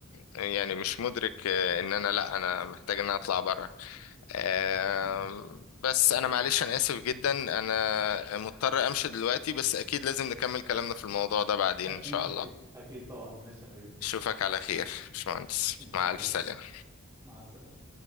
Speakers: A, on the left; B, on the right.
A: يعني مش مدرك آه، ان انا لا انا محتاج ان انا اطلع بره آم،
B: امم
A: بس انا معلش انا اسف جدا انا مضطر امشي دلوقتي بس اكيد لازم نكمل كلامنا في الموضوع ده بعدين
B: اكيد
A: ان شاء الله
B: اكيد اكيد طبعا ماشي يا حبيبي
A: اشوفك على خير باشمهندس
B: ان شاء
A: مع الف
B: الله
A: سلامة
B: مع السلامه